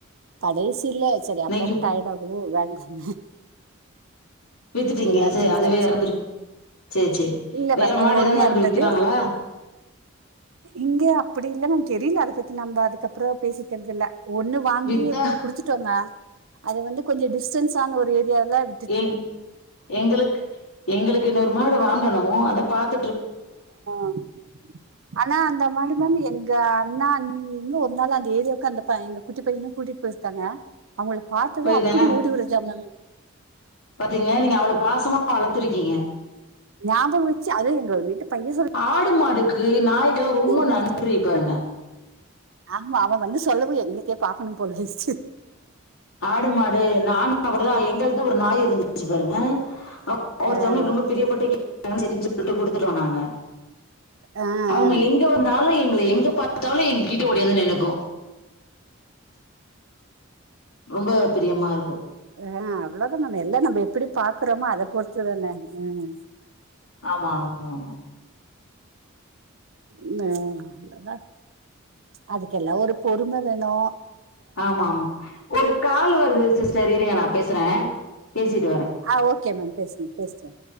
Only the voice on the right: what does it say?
கடைசில சரி
அப்பாக்கு டயடு ஆகு வேண்டான்னு
எல்லாத்தையு
வித்தாச்சு
இல்ல
மேம்
ஒ ஒண்ணு
எறந்தது
இங்க அப்டி இல்ல மேம் தெரில அத பத்தி நம்ப அதுக்கப்றோ பேசிக்கறதில்ல ஒண்ணு வாங்கி
குடுத்துட்டோ மேம் அது வந்து கொஞ்ச டிஸ்டன்ஸ் ஆன ஒரு ஏரியால வி
<inaudible> ஆனா அந்த மாடு மேம் எங்க அண்ணா அண்ணி இங்கு ஒரு நாள் அந்த ஏரியாக்கு அந்த பை எங்க குட்டி பைய கூட்டிட் போயிருக்காங்க அவுங்கள பாத்தது
அப்டி ஓடிவருதா மேம்
ஞாபகம் வச்சு அது எங்க வீட்டு பைய சொல்
ஓடிச்சு
ஆமா அவ வந்து சொல்லவு எங்களுக்கே பாக்கணு போல ஆயிரிச்சு
ஆஹ்
ஆஹ்
அ அவ்ளோ தா நம்ம எல்லா நம்ப எப்படி பாக்கறமோ அத பொறுத்துதான ம்
ம் அவ்ளோதா அதுக்கெல்லா ஒரு பொறும வேணு
அ ஓக்கே மேம் பேசுங்க பேஸ்ட்டு